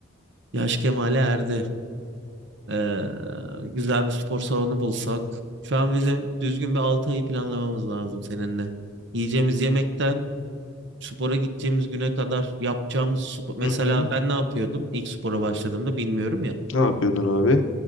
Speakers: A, on the right (about 60°); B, on the left (about 70°).
A: Yaş kemale erdi. Ee, güzel bir spor salonu bulsak. Şu an bizim düzgün bir 6 ayı planlamamız lazım seninle. Yiyeceğimiz yemekten spora gideceğimiz güne kadar yapacağımız spor. Mesela
B: Hı hı.
A: ben ne yapıyordum ilk spora başladığımda bilmiyorum ya.
B: Ne yapıyordun abi?